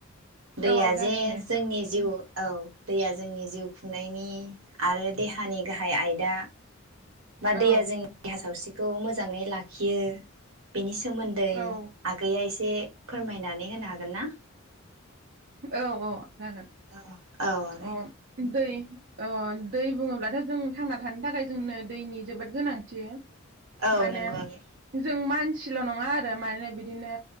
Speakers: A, on the right; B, on the right.
A: दैया
B: औ जागोन
A: जे
B: दे
A: जोंनि जिउ औ दैया जोंनि जिउ खुंनायनि आरो देहानि गाहाय आयदा बा
B: औ
A: दैया जोंनि देहा सावस्रिखौ मोजाङै लाखियो। बेनि सिख सोमोन्दै
B: औ
A: आगैया एसे फोरमायनानै होनो हागोन ना।
B: औ औ जागोन
A: औ औ आगै
B: अ दै <unintelligible> दै बुङोब्लाथ' जों थांना थानो थाखाय जोंनो दैनि जोबोद गोनांथि।
A: औ
B: माने
A: नंगौ आगै।
B: जों मानसिल' नङा आरो मानोना बिदिनो